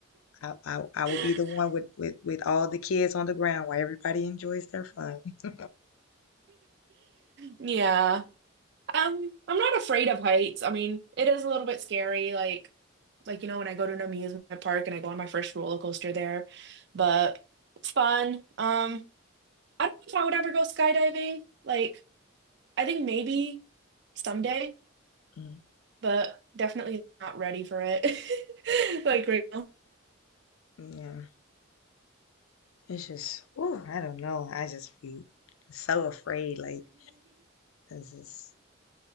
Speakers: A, on the left; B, on the right.
A: I, I, I
B: <laughs>
A: will be the one with, with, with all the kids on the ground while everybody enjoys their fun. <laughs>
B: Yeah. Um, I'm not afraid of heights. I mean, it is a little bit scary, like like you know, when I go to an amusement park and I go on my first roller coaster there, but it's fun. Um, I don't know if I would ever go skydiving. Like I think maybe someday,
A: Mm,
B: but definitely not ready for it. <laughs> Like right now.
A: Yeah, it's just, oh, I don't know. I just be so afraid. Like, 'cause it's,